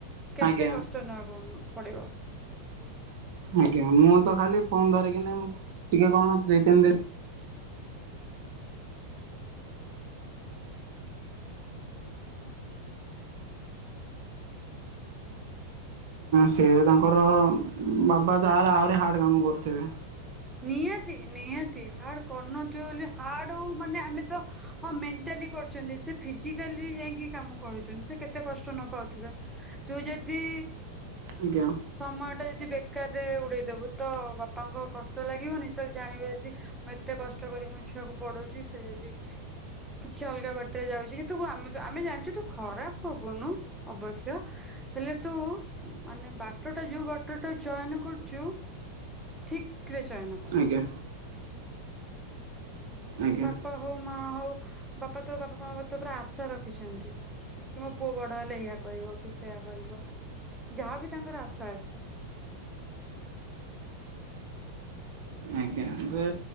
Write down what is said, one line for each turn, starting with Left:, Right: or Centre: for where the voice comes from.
Centre: କେତେ
Right: ଆଜ୍ଞା
Centre: କଷ୍ଟ ନ ନବାକୁ ପଡିବ।
Right: ଆଜ୍ଞା ମୁଁ ତ ଖାଲି ଫୋନ୍ ଧରିକିନି ଟିକେ କଣ ଦି ତିନି ଦିନି - ସିଏ ତାଙ୍କର ବାବା ତାହେଲେ ଆହୁରି ହାର୍ଡ କାମ କରୁଥିବେ।
Centre: ନିହାତି ନିହାତି ହାର୍ଡ କରୁନଥିବେ ବୋଲି ହାର୍ଡ ହଉ ମାନେ ଆମେ ତ। ହଁ ମେଣ୍ଟାଲି କରୁଛନ୍ତି ସେ ଫିଜିକାଲି ଯାଇକି କାମ କରୁଛନ୍ତି ସେ କେତେ କେତେ କଷ୍ଟ ନ ପାଉଥିବେ ତୁ ଯଦି
Right: ଆଜ୍ଞା।
Centre: ଉଁ ସମୟ ଟା ଯଦି ବେକାରରେ ଉଡେଇଦବୁ ତ ବାପାଙ୍କ କଷ୍ଟ ଲାଗିବନି ତ ଜାଣିବେ ଯଦି ମୁଁ ଏତେ କଷ୍ଟ କରିକି ମୋ ଛୁଆକୁ ପଢଉଛି ସେ ଯଦି କିଛି ଅଲଗା ବାଟରେ ଯାଉଛି କିନ୍ତୁ ଆମେ ଆମେ ଜାଣିଛୁ ତୁ ଖରାପ ହବୁନୁ ଅବଶ୍ୟ ହେଲେ ତୁ ମାନେ ବାଟ ଟା ଯୋଉ ବାଟ ଟା ଚୟନ କରିଚୁ ଠିକରେ ଚୟନ କର।
Right: ଆଜ୍ଞା। ଆଜ୍ଞା।
Centre: ବାପା ହଉ ମା ହଉ ବାପା ତୋ ବାପା ମାଆ ତୋ ଉପରେ ଆଶା ରଖିଛନ୍ତି କି ମୋ ପୁଅ ବଡ ହେଲେ ଏଇଆ କରିବ କି ସେଇଆ କରିବ। ଯାହାବି ତାଙ୍କର ଆଶା ଅଛି।
Right: ଆଜ୍ଞା ବେ